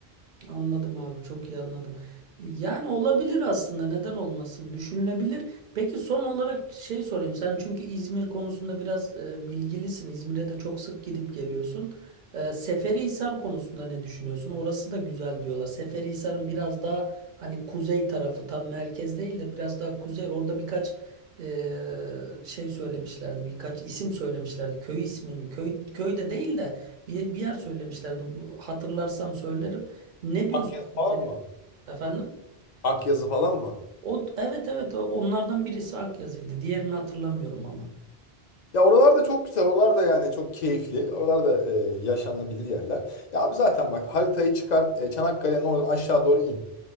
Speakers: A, on the right (about 55°); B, on the left (about 55°).
A: Anladım abi çok iyi anladım. Yani olabilir aslında neden olmasın düşünülebilir. Peki son olarak şey sorayım sen çünkü İzmir konusunda biraz e, bilgilisin. İzmir'e de çok sık gidip geliyorsun. E, Seferihisar konusunda ne düşünüyorsun? Orası da güzel diyorlar. Seferihisar'ın biraz daha hani kuzey tarafı tam merkez değil de biraz daha kuzey orada birkaç e, şey söylemişlerdi birkaç isim söylemişlerdi köy ismi mi köy köy de değil de bir, bir yer söylemişlerdi Bu- hatırlarsam söylerim ne diyorsun
B: Akyazı
A: sen
B: falan
A: Selim?
B: mı?
A: Efendim?
B: Akyazı falan mı?
A: O, evet evet o- onlardan birisi Akyazı'ydı. Diğerini hatırlamıyorum ama.
B: Ya oralar da çok güzel. Oralar da yani çok keyifli. Oralar da e, yaşanılabilir yerler. Ya abi zaten bak haritayı çıkar e, Çanakkale'nin oradan aşağı doğru in.